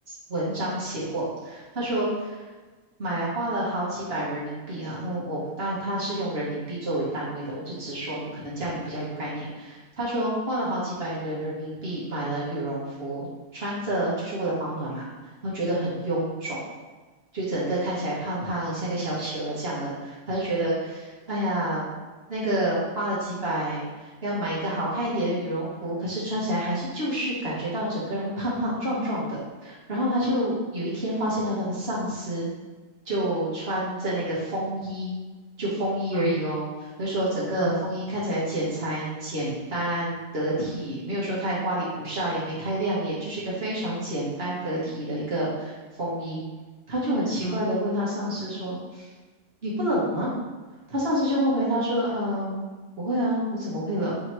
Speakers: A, on the right; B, on the left.
A: 文章写过。他说买花了好几百人民币啊，嗯，我但他是用人民币作为单位的，我就直说，可能这样你比较有概念。他说花了好几百的人民币买了羽绒服，穿着就是为了保暖嘛，然后觉得很臃肿，就整个看起来胖胖，像个小企鹅这样了，他就觉得，哎呀。那个花了几百，要买一个好看一点的羽绒服，可是穿起来还是就是感觉到整个人会胖胖壮壮的。然后他就有一天发现到他的上司就穿着那个风衣，就风衣而已哦。
B: 啊
A: 就说整个风衣看起来剪裁简单得体，
B: 啊
A: 没有说太花里胡哨，也没太亮眼，就是一个非常简单得体的一个风衣。他就很奇怪的问他上司说：
B: 啊，
A: “你不冷吗？”他上司就问回他说：“嗯，不会啊，我怎么会冷？”